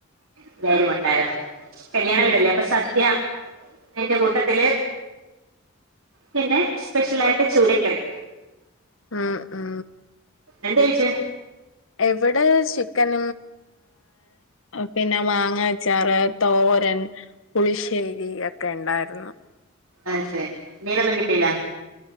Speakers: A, on the right; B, on the left.
A: എല്ലാരും ഉണ്ടായിരുന്നു കല്യാണ
B: ഉം
A: വീടല്ലേ അപ്പൊ സദ്യ എന്റെ കൂട്ടത്തില് പിന്നെ സ്പെഷ്യല ആായിട്ട് ചൂരക്കറി
B: ഉം ഉ
A: എന്ത് കഴിച്ച്
B: എവിടെ ചന പിന്നെ മാങ്ങച്ചാർ തോരൻ പുളിശ്ശേരി ഒക്കെ ഉണ്ട ആായിരുന്നു
A: ആഹ ശരി മീനൊന്നും കിട്ടീല